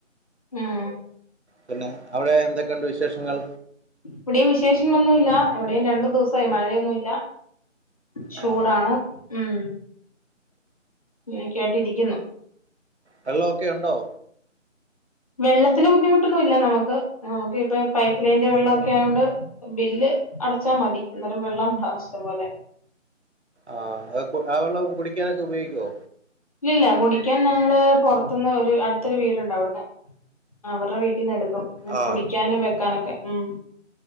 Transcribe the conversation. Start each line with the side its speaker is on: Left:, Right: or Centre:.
Left: ആഹ്
Right: പിന്നെ അവടെ എന്തൊക്കെണ്ട് വിശേഷങ്ങൾ
Left: ഇവടേം വിശേഷങ്ങളൊന്നുല്ല ഇവടേം രണ്ടു ദിവസായി മഴയൊന്നുല്ല ചൂടാണ്
Right: ആ
Left: ഉം ഇങ്ങനിക്യാട്ട് ഇരിക്കുന്നു
Right: വെള്ളോക്കെയൊണ്ടോ?
Left: വെള്ളത്തിന് ബുദ്ധിമുട്ടൊന്നുല്ല നമുക്ക് നമുക്ക് ഇപ്പ ഈ പൈപ്പ് ലൈന്റെ വെള്ളോക്കെ ആയോണ്ട് ബില്ല് അടച്ചാ മതി അന്നേരം വെള്ളം ണ്ടാ ഷ്ടം പോലെ
Right: ആഹ് അ കു ആ വെള്ളം കുടിക്കാനൊക്കെ ഉപയോയ്ക്കോ
Left: ഇല്ലില്ല കുടിക്കാൻ ന്നങ്ങള് പൊറത്തുന്ന് ഒരു അടുത്തൊരു വീടുണ്ട് അവ്ടന്ന് അവറ്ടെ വീട്ടീന്ന് എടുക്കും
Right: ആ
Left: കുടിക്കാനും വെക്കാനൊക്കെ ഉം.